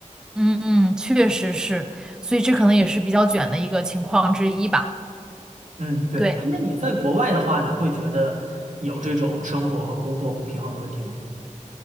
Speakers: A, in the centre; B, on the right.
A: 嗯嗯，确实是，所以这可能也是比较卷的一个情况之一吧。
B: 嗯，对。
A: 对。
B: 哎那你在国外的话，你会觉得有这种生活和工作不平衡的问题吗？